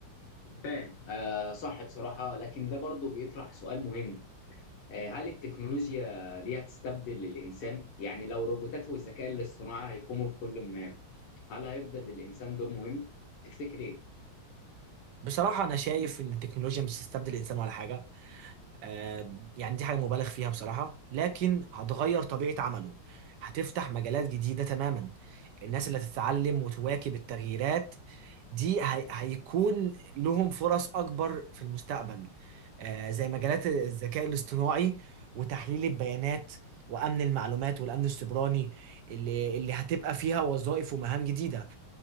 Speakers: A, on the left; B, on the right.
A: فاهم آه صح بصراحة لكن ده برضه بيطرح سؤال مهم آه هل التكنولوجيا دي هتستبدل الإنسان؟ يعني لو الروبوتات والذكاء الاصطناعي هيقوموا بكل مهام هل هيفضل للإنسان دور مهم؟ تفتكر إيه؟
B: بصراحة أنا شايف إن التكنولوجيا مش هتستبدل الإنسان ولا حاجة آه يعني دي حاجة مبالغ فيها بصراحة لكن هتغير طبيعة عمله هتفتح مجالات جديدة تماما الناس اللي هتتعلم وتواكب التغييرات دي هي هيكون لهم فرص أكبر في المستقبل آه زي مجالات الذكاء الاصطناعي وتحليل البيانات وأمن المعلومات والأمن السيبراني اللي اللي هتبقى فيها وظائف ومهام جديدة